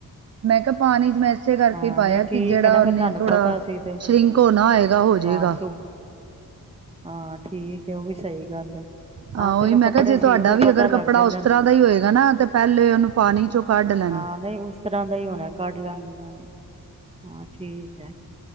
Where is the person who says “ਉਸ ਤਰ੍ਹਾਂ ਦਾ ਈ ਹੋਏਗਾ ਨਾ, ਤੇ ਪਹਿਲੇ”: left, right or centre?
Right